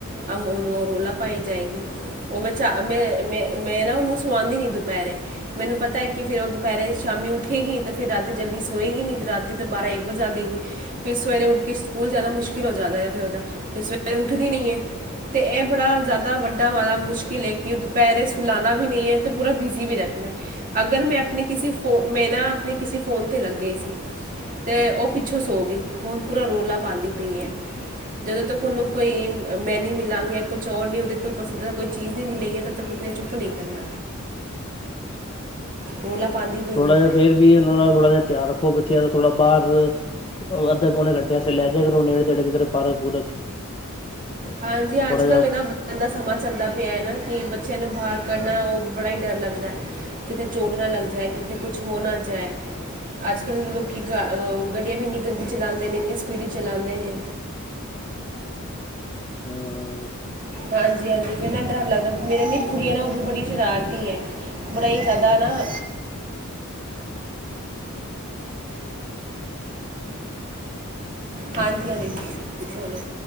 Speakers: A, on the right; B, on the left.
A: ਆਹ ਹੁਣ ਉਹ ਰੌਲਾ ਪਾਏ ਜਾਏਗੀ। ਉਹ ਮੈਂ ਬੱਚਾ, ਮੈਂ, ਮੈਂ, ਮੈਂ ਨਾ ਉਹਨੂੰ ਸਵਾਉਦੀ ਨਹੀਂ ਦੁਪਹਿਰੇ, ਮੈਨੂੰ ਪਤਾ ਹੈ ਕਿ ਫਿਰ ਉਹ ਦੁਪਹਿਰੇ, ਸ਼ਾਮੀ ਉੱਠੇਗੀ, ਤਾਂ ਫਿਰ ਰਾਤੀ ਜਲਦੀ ਸੋਏਗੀ ਨਹੀਂ ਅਤੇ ਰਾਤੀ ਤੋਂ ਬਾਰਾਂ ਇੱਕ ਵਜੇ ਆ ਦੇਵੇਗੀ। ਫਿਰ ਸਵੇਰੇ ਉੱਠ ਕੇ ਸਕੂਲ ਜਾਣਾ ਮੁਸ਼ਕਿਲ ਹੋ ਜਾਦਾ ਹੈ ਫਿਰ ਉਹਦਾ, ਫਿਰ ਸਵੇਰੇ ਉੱਠਦੀ ਨਹੀਂ ਹੈ। ਤੇ ਇਹ ਬੜਾ, ਜ਼ਿਆਦਾ ਵੱਡਾ ਵਾਲਾ ਮੁਸ਼ਕਿਲ ਏ ਕਿ ਦੁਪਹਿਰੇ ਸੁਲਾਣਾ ਵੀ ਨਹੀਂ ਹੈ ਤੇ ਪੂਰਾ ਵੀਜ਼ੀ ਵੀ ਰੱਖਣਾ, ਅਗਰ ਮੈਂ ਆਪਣੇ ਕਿਸੇ ਫੋ, ਮੈਂ ਨਾ, ਆਪਣੇ ਕਿਸੇ ਫੋਨ ਤੇ ਰੱਖ ਗਈ ਸੀ ਤੇ, ਉਹ ਪਿੱਛੋਂ ਸੋ ਗਈ, ਹੁਣ ਪੂਰਾ ਰੋਲਾ ਪਾਉਂਦੀ ਪਈ ਏ, ਜਦੋਂ ਤੱਕ ਉਹਨੂੰ ਕੋਈ, ਮੈਨੀ ਮਿਲਾਂਗੀ ਕੁਛ ਔਰ ਨਹੀਂ ਉਹਦੇ ਕੋ ਪਸੰਦ ਦਾ ਕੋਈ ਚੀਜ਼ ਨਹੀਂ ਮਿਲੇਗੀ ਤਦੋਂ ਤੱਕ ਉਹਨੇ ਚੱਪ, ਚੁੱਪ ਨਹੀਂ ਕਰਨਾ। ਰੋਲਾ ਪਾਉਂਦੀ ਪਈ
B: ਥੋੜਾ
A: ਹੈ
B: ਜਿਹਾ ਫੇਰ ਵੀ ਇਹਨਾਂ ਦਾ ਥੋੜਾ ਜਿਹਾ ਧਿਆਨ ਰੱਖੋ ਬੱਚਿਆਂ ਦਾ ਥੋੜਾ ਬਾਹਰ, ਉਹ ਅੱਧੇ ਪੋਣੇ ਘੰਟੇ ਵਾਸਤੇ ਲੈ ਜਿਆ ਕਰੋ ਉਹ ਨੇੜੇ ਤੇੜੇ ਕਿਧਰੇ ਪਾਰਕ ਪੂਰਕ।
A: ਹਾਂਜੀ
B: ਥੋੜਾ
A: ਅੱਜ
B: ਜਿਹਾ
A: ਕੱਲ੍ਹ ਇਹਨਾਂ ਇਦਾ ਦਾ ਸਮਾਂ ਚੱਲਦਾ ਪਿਆ ਹੈ, ਨਾ ਕਿ ਬੱਚਿਆਂ ਨੂੰ ਬਾਹਰ ਕੱਢਨਾ ਉਹ ਬੜਾ ਹੀ ਡਰ ਲੱਗਦਾ ਹੈ। ਕਿਤੇ ਚੋਟ ਨਾ ਲੱਗ ਜਾਏ ਕਿਤੇ ਕੁਛ ਹੋ ਨਾ ਜਾਏ। ਅੱਜ ਕੱਲ੍ਹ ਲੋਕੀ, ਗ, ਗੱਡੀਆਂ ਵੀ ਇੰਨੀ ਗੰਦੀ ਚਲਉਂਦੇ ਨੇ ਇੰਨੀ ਸਪੀਡੀ ਚ ਚਲਉਦੇ ਨੇ,
B: ਹਾਂ।
A: ਹਾਂਜੀ, ਹਾਂਜੀ ਕਿੰਨਾ ਡਰ ਲੱਗਦਾ ਮੇਰੀ ਜੇਹੜੀ ਕੁੜੀਆਂ ਨਾ ਉਹ ਵੀ ਬੜੀ ਸ਼ਰਾਰਤੀ ਹੈ। ਬੜਾ ਹੀ ਜ਼ਿਆਦਾ ਨਾ, ਹਾਂਜੀ, ਹਾਂਜੀ ਬੋਲੋ,